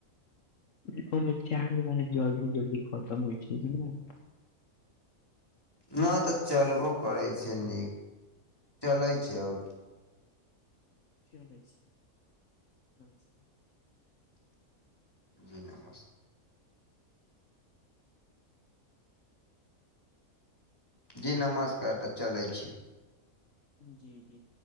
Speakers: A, on the left (about 60°); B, on the left (about 15°).
A: ई फोन मे चार्ज मने जल्दी जल्दी खतम होइ छै ने।
B: ना तऽ चलबो करैत छै नीक चलैय छै अभी।
A: चलय छी नमस्कार।
B: जी नमस्कार। जी नमस्कार तऽ चलैत छी।
A: जी जी।